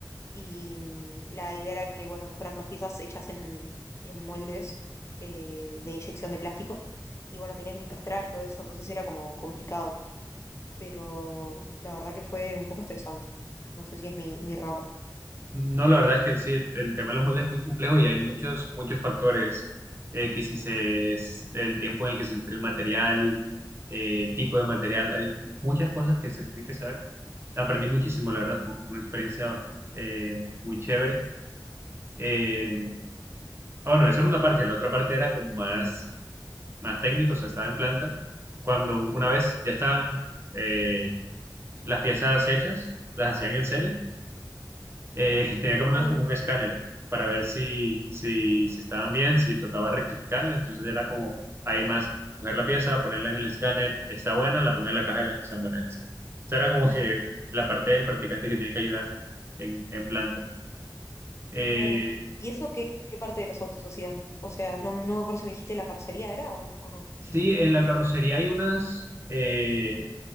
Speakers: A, on the left (about 35°); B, on the right (about 35°).
A: y mm, la idea era que, bueno, que fueran dos piezas hechas en, en moldes eh, de inyección de plástico y bueno, tenían que encastrar y todo eso, entonces era como complicado, pero la verdad que fue un poco estresante. No sé si es mi, mi rama.
B: no, la verdad es que sí, el tema de los moldes es muy complejo y hay muchos, muchos factores. eh, que si se, es- el tiempo en el que se enfría el material, eh, el tipo de material, hay muchas cosas que se tienen que saber. Aprendí muchísimo, la verdad, fue una experiencia eh, muy chévere. Eh,
A: Ujú.
B: ah, bueno, esa era una parte, la otra parte era como más, más técnica, o sea, estaba en planta. Cuando una vez ya estaban, eh, las piezas hechas, las hacían en serie, eh, y tenía que ponerlas
A: Ah, mira,
B: como un escáner para ver si, si, si estaban bien, si tocaba rectificarla, entonces era como ahí más coger la pieza, ponerla en el escáner, está buena, la pongo en la caja de las que están buenas. así. O sea, era como que la parte del practicante que tiene que ayudar en, en planta. Eh,
A: claro. ¿Y eso qué, qué parte de los autos hacían? O sea, no, no me acuerdo si me dijiste la carrocería era o no. o no.
B: sí, en la carrocería hay unas, eh,